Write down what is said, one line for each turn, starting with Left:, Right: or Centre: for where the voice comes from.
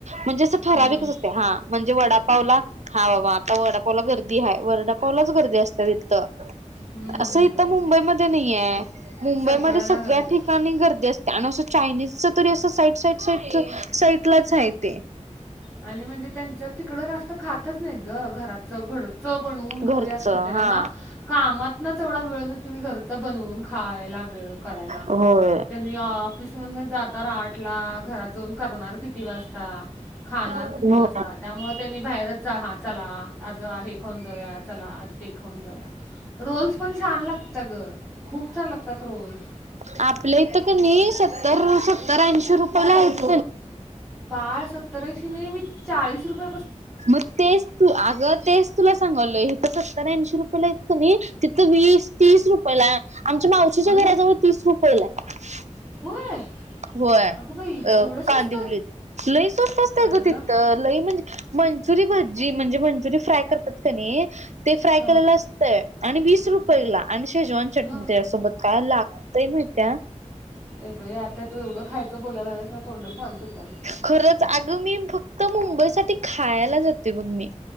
Right: म्हणजे असं ठराविकच
Centre: हं,
Right: असते हा म्हणजे वडापावला हा बाबा आता वाडापावला गर्दी आहे वर्डापावलाच गर्दी असते तिथं
Centre: हं.
Right: असं इथ मुंबईमध्ये नाही आहेे मुंबईमध्ये
Centre: सगळ्याला
Right: सगळ्या
Centre: गरज आहे
Right: ठिकाणी गर्दी असते. त्यान असं चायनीजच तरी असं साईट साईट साट साईटलाच आहेय ते
Centre: आणि म्हणजे त्यांचं तिकडं जास्त खातच नाहीत घरात घरच बनवून खाऊया
Right: घरचं
Centre: असं नसतं त्यांना
Right: हा
Centre: कामातनच एवढा वेळ नसतो की घरच बनवून खायला वेळ करायला
Right: होय
Centre: आणि ऑफिस मध जात आठ ला घरात जाऊन करणार किती वाजता खाणार
Right: हो
Centre: किती वाजता. मग त्यांनी बाहेरच हा चला आज हे खाऊन जाऊया चला आ ते खाऊन जाऊया रोल्स पण छान लागतात अ गं खूप छान लागतात रोल्स
Right: आपलं इथं का नाही सत्तर सत्तरऐंशी रुपला आहेत.
Centre: बाळ सत्तरऐंशी नाही मी चाळीस रुपये
Right: मग तेच तू अगं तेच तुला सांगल हे तर सत्तर ऐंशी रुपयेलातं ना तिथं वीस तीस रुपयेला आमच्या मावशीच्या
Centre: अय
Right: घराजवळ तीस रुपयेला आहे
Centre: होय
Right: होय
Centre: अगं बाई
Right: अ
Centre: एवढं स्वस्त
Right: कांदउलीत लई स्वस्त असतय
Centre: अळला
Right: ग तित लई म्हणजे मंचुरी भजी म्हणजे मंचुरी फ्राय करतात क नाही ते फ्राय
Centre: हा
Right: केलेलं अस आणि वीस रुपयेला आणि शेजवान चटणी
Centre: हा
Right: त्यासोबत का लाग म्हणता
Centre: ए बई आता तू एवढं खायचं बोयलागलास नाही तोंडल फान सुटाला
Right: खरंच अग मी फक्त मुंबई सा खायला जाते बग मी